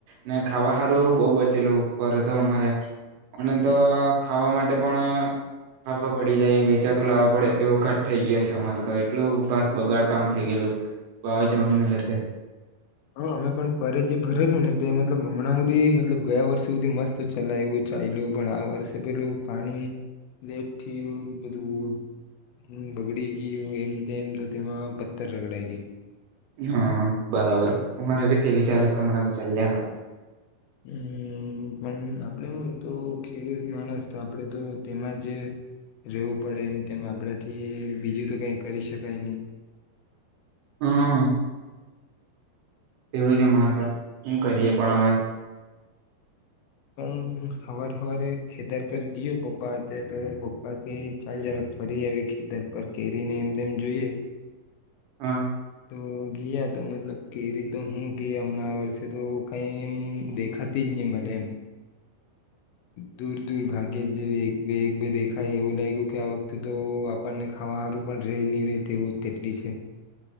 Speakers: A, on the right (about 75°); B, on the left (about 85°).
A: ને ખાવાહારું બહુ બચેલું પોરે તો અમારે અને તો ખાવા માટે પણ ફાફા પડી જાય વેચાતું લાવવા પડે એવો ઘાટ થઈ ગયો છે અમારે તો એટલું ભાત બગાડ કામ થઈ ગયેલું, વાવાઝોડુંને લીધે
B: હા, અમે પણ ફરેજી ભરેલું ને તે મતલબ હમણાં હુધી, મતલબ ગયા વર્ષે સુધી મસ્ત ચલાયુ ચાલયુ પણ આ વર્ષે પેલું પાણી લેટથીય બધું બગડી ગયું એમતેમ તો તેમાં પથ્થર રગડાઈ ગેય
A: હા, બરાબર અમારે બી તે વિચાર લ તો મણા તો ચાલ્યા કરે
B: હમ, પણ આપણે હું તો ખેડૂત માણસ તો આપણેે તો તેમાં જ રહેેવું પડે એમ તેમ આપણાથી બીજું તો કઈ કરી શકાય નહી
A: હા એવું જ હમણાં તો હું કરીએ પણ હવે
B: હમ હવાર હવારે એ ખેતર પેર ગયો બાત હ તો પપ્પા કે ચાલ જરાક ફરી આવી ખેતર પર કે ને એમ તેમ જોઈએ
A: હા
B: તો, ગીયા તો મતલબ કેરી તો હું ગઈ હમણાં વર્ષે તો કઈ એમ દેખાતી જ ની મલે એમ, દૂર દૂર ભાગ્યે જેવી એક બે, એક બે દેખાય એવું લાગ્યું કે આ વખતે તો આપણને ખાવાહારું પણ રે નહીં રહે તેવું તેટલી છે